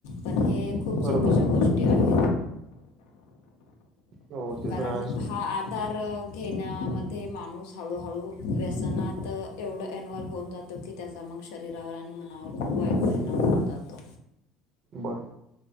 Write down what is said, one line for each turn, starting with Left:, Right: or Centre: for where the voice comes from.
Left: पण हे खूप
Right: बरोबर.
Left: चुकीच्या गोष्टी आहेत.
Right: हो ते
Left: कारण
Right: तर आहेच
Left: हा आधार घेण्यामध्ये माणूस हळूहळू व्यसनात एवढं एन्वॉल्व्ह होऊन जातो की त्याचा मग शरीरावर आणि मनावर खूप वाईट परिणाम होऊन जातो.
Right: बर,